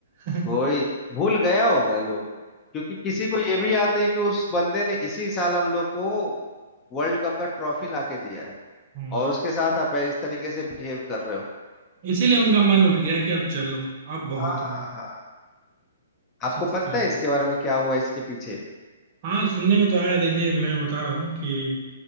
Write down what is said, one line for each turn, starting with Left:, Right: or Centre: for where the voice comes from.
Right: <laughs>
Left: वही भूल गया होगा लोग क्योंकि किसी को ये भी याद नहीं कि उस बंदे ने इसी साल हम लोग को वर्ल्ड कप का ट्रॉफी लाके दिया है
Right: हम्म
Left: और उसके साथ आप इस तरीके से बिहेव कर रहे हो
Right: इसीलिए उनका मन उठ गया कि अब चलो अब बहुत
Left: हाँ
Right: हुआ
Left: हाँ आपको
Right: सच
Left: पता
Right: तो ये
Left: है इसके
Right: है
Left: बारे में क्या हुआ इसके पीछे
Right: हाँ सुनने में तो आया देखिए मैं बता रहा हूँ कि